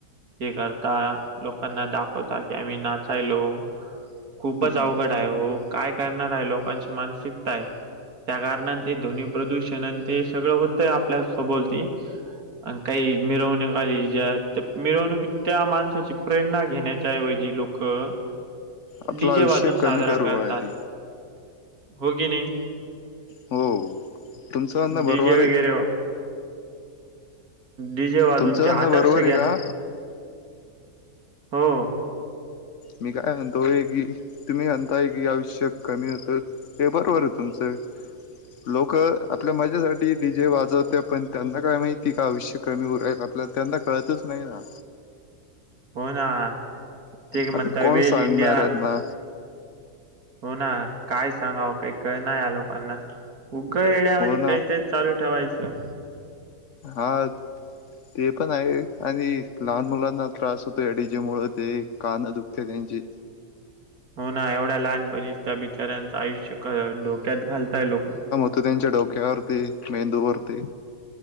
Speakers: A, on the right; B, on the left.
A: हे करतां लोकांना दाखवतां की आम्हीं नाचांयलो खूपचं
B: हम्म
A: अवघडं आहे हो कायं करणारं आहे लोकांची मानसिकता आहे त्यां कारणां ते ध्वनी प्रदूषणन ते सगळं होतंय आपल्या सभोवती अं कांहीं मिरवू जे मिरवणूकी त्यां माणसांची प्रेरणा घेण्यांच्या ऐवजी लोकं
B: आपलं
A: डीजे
B: आयुष्य
A: वाजूंन
B: कमी
A: साजंरा
B: करू
A: करतांत
B: आहे ते
A: हो की नाहीं
B: हो तुमचं म्हणणं
A: डी
B: बरोबर
A: जे
B: आहे
A: वगैरें डीजे वाजूंन
B: तुमचं
A: ते
B: म्हणणं
A: आदर्श
B: बरोबर आहे
A: घ्यां
B: का
A: नां हो
B: मी कायं म्हणतो की तुम्हीं म्हणतांय की आयुष्य कमी होतं ते बरोबर आहे तुमचं लोक आपल्या मजेसाठी डी जे वाजवते पणं त्यांना कायं माहिती कां आपलं आयुष्य कमी हून राहील आपल्याला त्यांनां कळतंच नाहीं नां
A: हो नां ते कां
B: आता
A: म्हणतां
B: कोण
A: वेल
B: सांगणार
A: इंडिया
B: यांना
A: हो नां कायं सांगावं कांहीं करं नां यां लोकांना उगं येड्यांवा
B: हो
A: आणि
B: ना
A: कांहींतरी चालूं ठेवायचं
B: हां ते पणं आहे आणि लहांन मुलांना त्रांस होतो डीजे मुळं ते कानं दुखते त्यांचे
A: हो नां एवढ्यां लहांनपणीचं त्यां बिचार्यांचं आयुष्य धोक्यांत घालतांय लोकं
B: तूं त्यांच्या डोक्यांवरती मेंदूवरती